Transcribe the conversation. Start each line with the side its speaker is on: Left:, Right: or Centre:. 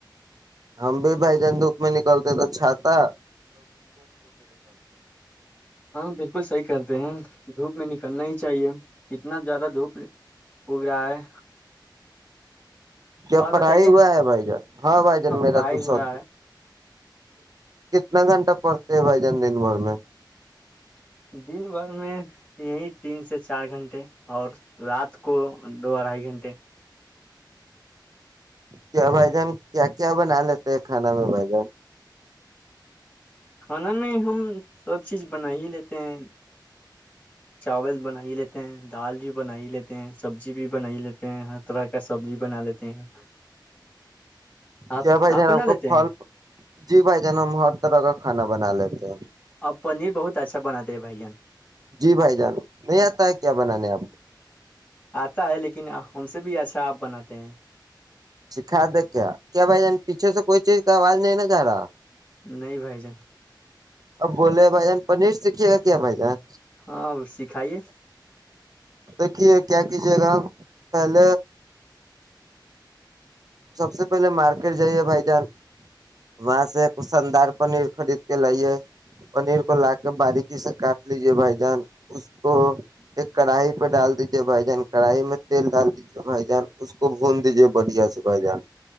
Right: ہم بھی بھائی جان دکھ میں نکلتے توھا
Left: ہاں بالکل صحیح کرتے ہیں دھوپ میں نکل کرنا ہی چاہیے کتنا زیادہ دھوپ اگ رہا ہے
Right: کیا
Left: اور
Right: پڑھائی
Left: بتائیے
Right: ہوا ہے بھائی جان ہاں بھائی جان میرا
Left: پڑھائی
Right: تو
Left: ہو
Right: سو
Left: رہا ہے
Right: کتنا گھنٹہ کرتے ہیں بھائی جن دن بھر میں
Left: دن بھر میں یہی تین سے چار گھنٹے اور رات کو دو اڑھائی گھنٹے
Right: کیا بھائی جان کیا کیا بنا لیتے کھانا میں بھ جان
Left: کھانا میں ہم سب چیز بنا ہی لیتے ہیں چاول بنا ہی لیتے ہیں دال بھی بن ہی لیتے ہیں سبزی بھی بنا ہی لیتے ہیں ہر طرح کا سبزی بنا لیتے ہیں آپ
Right: کیا بھائی جان
Left: بنا
Right: آپ
Left: لیتے
Right: کو پھل
Left: ہیں
Right: جی بھائی جان ہم ہر طرح کا کھانا بنا لیتے ہیں
Left: آپ پنیر بہت اچھا بناتے بھین
Right: جی بھائی جان نہیں آتا ہے کیا بنانے آپ کو
Left: آتا ہے لیکن ہم سے بھی اچھا آپ بناتے ہیں
Right: سکھا دے کیا کیا بھائی ج پیچھے سے کوئی چیز کا آواز نہیں ن جا رہا
Left: نہیں بھائی جان
Right: اب بولے بھائی جان پنیر سیکھیے گا کیا بھائی جان
Left: ہاں سکھائیے
Right: دیکھیے کیا کیجیے گاپ پ ن سب سے پہلے مارکیٹ جائیے بھائی جان وہاں سے ایک شاندار پنیر خرید کے لائیے پنیر کو لا کے باریکی سے کاٹ لیجے بھائی جان اس کو ایک کڑھائی پہ ڈال دیجے بھائی جان کڑھائی میں تیل ڈال دیجیے بھائی جان اس کو ہتی جی بڑیا سب جا